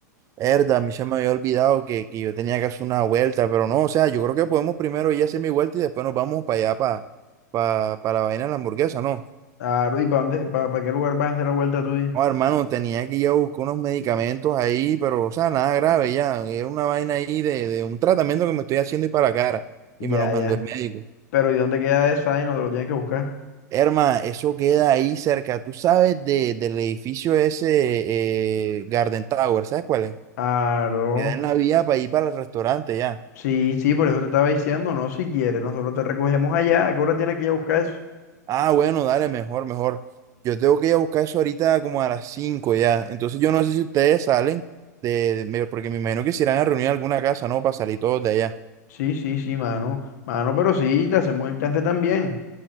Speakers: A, on the right; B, on the left.
A: Verdad, a mí se me había olvidado que, que yo tenía que hacer una vuelta, pero no, o sea, yo creo que podemos primero ir a hacer mi vuelta y después nos vamos para allá, para, para, para la vaina de la hamburguesa, ¿no?
B: Aro, ¿y para dónde, para, qué lugar vas a hacer la vuelta tuya?
A: Oh, hermano, tenía que ir a buscar unos medicamentos ahí, pero, o sea, nada grave ya, era una vaina ahí de, de un tratamiento que me estoy haciendo y para la cara,
B: Ya,
A: y me los mandó
B: ya.
A: el médico.
B: Pero ¿y dónde queda eso ahí? Nos lo tienes que buscar.
A: Herma, eso queda ahí cerca, tú sabes de, del edificio ese, eh, Garden Tower, ¿sabes cuál es?
B: Aro.
A: Queda en la vía para ir para el restaurante ya.
B: Sí, sí, por eso te estaba diciendo, no, si quieres, nosotros te recogemos allá. ¿A qué hora tienes que ir a buscar eso?
A: Ah, bueno, dale, mejor, mejor. Yo tengo que ir a buscar eso ahorita como a las 5 ya. Entonces yo no sé si ustedes salen de, me- porque me imagino que se irán a reunir en alguna casa, ¿no? Para salir todos de allá.
B: Sí, sí, sí, mano. Mano, pero sí, te hacemos el chance también.